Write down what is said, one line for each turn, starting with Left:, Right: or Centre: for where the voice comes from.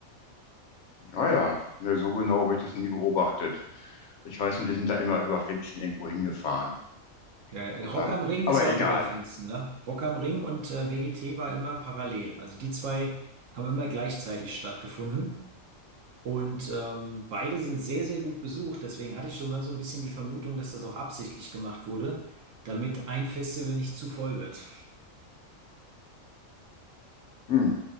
Left: ah ja, ne, so genau habe ich das nie beobachtet. Ich weiß nur, die sind da immer über Pfingsten irgendwo hingefahren.
Right: Ja, ja,
Left: Aber,
Right: Rock am Ring ist
Left: aber
Right: auch
Left: egal.
Right: über Pfingsten, ne? Rock am Ring und äh, WGT war immer parallel. Also die zwei haben immer gleichzeitig stattgefunden. Und ähm, beide sind sehr, sehr gut besucht. Deswegen hatte ich schon mal so ein bisschen die Vermutung, dass das auch absichtlich gemacht wurde, damit ein Festival nicht zu voll wird.
Left: Hm,